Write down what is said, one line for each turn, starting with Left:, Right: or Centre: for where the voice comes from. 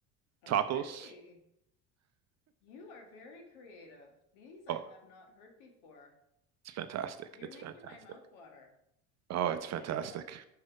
Left: okay.
Right: tacos.
Left: You are very creative. These I
Right: Oh,
Left: have not heard before.
Right: it's fantastic.
Left: You're
Right: It's
Left: making
Right: fantastic.
Left: my mouth water.
Right: Oh, it's
Left: Yeah.
Right: fantastic.